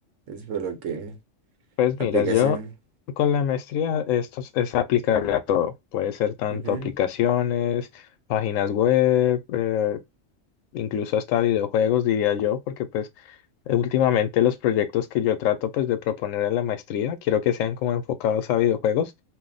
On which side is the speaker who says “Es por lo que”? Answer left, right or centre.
Right